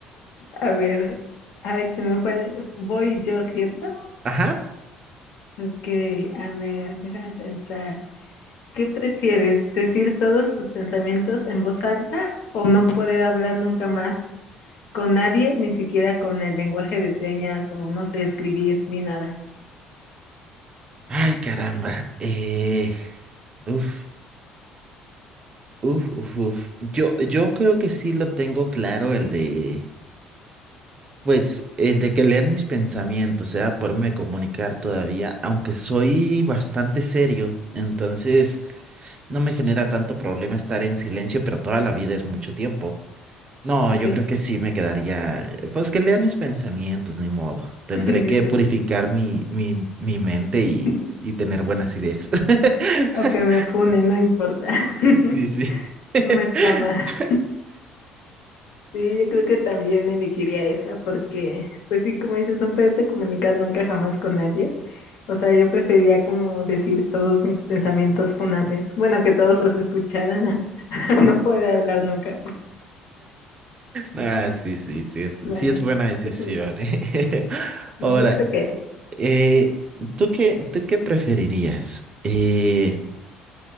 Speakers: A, on the left; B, on the right.
A: a ver. Ay, se me fue. el- Voy yo, ¿cierto?
B: Ajá.
A: Ok, a ver, déjame pensar. ¿Qué prefieres? ¿Decir todos tus pensamientos en voz alta o no poder hablar nunca más con nadie, ni siquiera con el lenguaje de señas o no sé escribir ni nada?
B: Ay, caramba. Eh, uf, uf, uf, uf. Yo, yo creo que sí lo tengo claro el de... Pues el de que lean mis pensamientos, sea poderme comunicar todavía, aunque soy bastante serio, entonces no me genera tanto problema estar en silencio, pero toda la vida es mucho tiempo. No,
A: ¿Ok?
B: yo creo que sí me quedaría, eh, pues que lean mis pensamientos, ni modo. Tendré
A: <laughs> Dices,
B: que purificar mi, mi, mi mente y,
A: <laughs>
B: y tener buenas ideas. <laughs>
A: O me fune, no importa. <laughs>
B: Sí, sí. <laughs>
A: Fama es fama. Sí, yo creo que también elegiría esa porque, pues sí, como dices, no poderte comunicar nunca jamás con nadie. O sea, yo preferiría como decir todos mis pensamientos funables. Bueno, que todos los escucharan a, <laughs> a no poder hablar nunca.
B: Ah, sí, sí, sí, es,
A: Vale,
B: sí es buena
A: sí,
B: decisión,
A: yo creo,
B: ¿eh? <laughs>
A: sí,
B: Ahora.
A: yo creo que es.
B: Eh, ¿tú qué, tú qué preferirías? Eh,